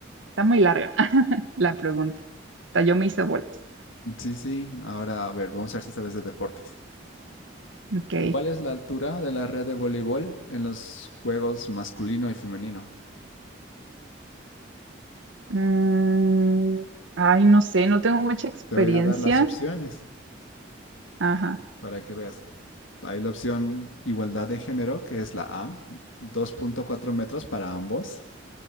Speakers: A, on the right; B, on the left.
A: está muy larga <laughs> la pregunta. Hasta yo me hice bolas.
B: Sí, sí, ahora a ver, vamos a ver si sabes de deportes.
A: Ok.
B: ¿Cuál es la altura de la red de voleibol en los juegos masculino y femenino?
A: Mm, ay, no sé, no tengo mucha experiencia.
B: Te voy a dar las opciones
A: Ajá.
B: para que veas. Hay la opción igualdad de género, que es la A, dos punto cuatro metros para ambos.